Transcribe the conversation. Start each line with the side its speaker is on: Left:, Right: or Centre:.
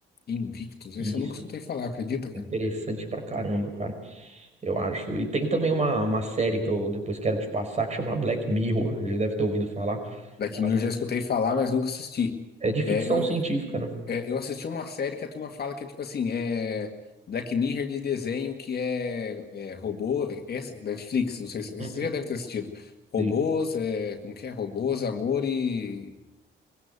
Left: Invictus.
Right: Isso,
Left: Esse eu nunca escutei falar, acredita, cara?
Right: é interessante pra caramba, cara, eu acho. E tem também uma, uma série que eu depois quero te passar que chama Black Mirror, já deve ter ouvido falar.
Left: Da Kim
Right: Ela
Left: eu
Right: É
Left: já escutei falar, mas nunca assisti.
Right: é de ficção
Left: É, eu,
Right: científica, né?
Left: é, eu assisti uma série que a turma fala que é tipo assim, é Black Mirror de desenho que é, é robô, é, essa, Netflix, não sei se
Right: Uhum.
Left: você já deve ter assistido. Robôs,
Right: E
Left: é, como que é? Robôs, amor e